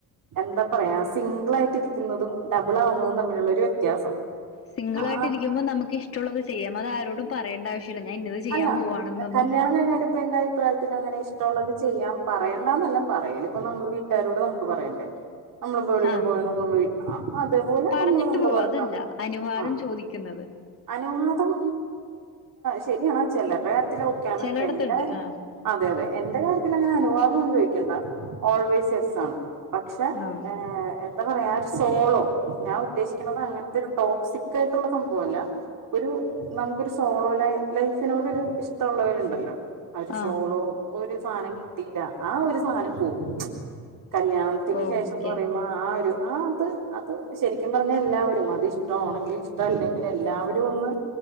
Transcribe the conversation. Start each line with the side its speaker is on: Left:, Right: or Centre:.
Right: എന്താ പറയാ നല്ല പ്രീഡാ യിട്ടിപ്പെല്ലാരും കൊടുക്കും പക്ഷെ പ്രീഡത്തിൻ്റെ അല്ല നമക്കൊരു എന്താ പറയാ നമ്മളൊരുസിംഗിൾ ആയിട്ട് ഇരിക്കുന്നതും ഡബിൾ ആവുന്നതും തമ്മിലുള്ള ഒരു വ്യത്യാസം
Left: സിംഗിൾ
Right: ആ
Left: ആയിട്ടിരിക്കുമ്പോ നമുക്ക് ഇഷ്ടുള്ളള്ളത് ചെയ്യാം അത് ആരോടുംപറേണ്ട ആവശ്യ ഞാൻ ഇന്നത് ചെയ്യാൻ
Right: അല്ല
Left: പോവവാണെന്നൊന്നും
Right: കല്യാണം കഴിഞ്ഞാൽ ഇപ്പൊ എന്റെ അഭിപ്രായത്തിൽ അങ്ങനെ ഇഷ്ടമുള്ളത് ചെയ്യാം പറയേണ്ടന്നല്ലാം പറയല ഇപ്പൊ നമ്മൾ വീട്ടുകാരോട് നമുക്ക് പറയണ്ടേ നമ്മളിപ്പടെെങ്കിലും
Left: ആഹ്
Right: പോണെലുന മുക്കൊബൈഅതുപോലെ
Left: പറഞ്ഞിട്ട്
Right: നമ്മള് നമ്മള്
Left: പോവാ
Right: വേറെത്ത
Left: അതല്ല അനുവാദം
Right: ആ
Left: ചോദിക്കുന്നത്
Right: അനുവാദം ശരിയണോ ചിലപ്പോ കാര്യത്തിലക്കെയാണ്
Left: ചിലയിടത്തുണ്ട്
Right: ഇ എ
Left: ആഹ്
Right: അതെ അതെ എന്റെ കാര്യത്തി ക്ക് അങ്ങ്നെ അനുവാദൊന്നും ചോദിക്കണ്ട ഓൾവേസ് യെസ് ആണ് <inaudible> പക്ഷെ
Left: ആഹ്
Right: എന്താ പറയാ ആ ഒരു സോളോ നു ഉദ്ദേശിക്കുന്നത് അങ്ങനത്തെ ഒരു ടോ ക്ക് ആയിട്ടുള്ള സംഭവല്ല ഒരു നമുക്കൊരു സോളോന ലൈഫിനോട്ൊരു ഇഷ്ടമുള്ളവരുണ്ടല്ലോ ഒരു സോളോ
Left: ആഹ്
Right: ഒരു സാധനം കിട്ടീയില്ല ആ ഒരു സാധനം പോവും കല്യാണത്തിന്
Left: ഓക്കെ
Right: ശേഷംന്ന് പറയുമ്പോൾ ആ ഒരു ആഹ അ അത് ശരിക്കും പറ എല്ലാവരും അത് ഇഷ്ടമാണെങ്കിൽ ഇഷ്ട അല്ലെങ്കിൽ എല്ലാവരും ഒന്ന്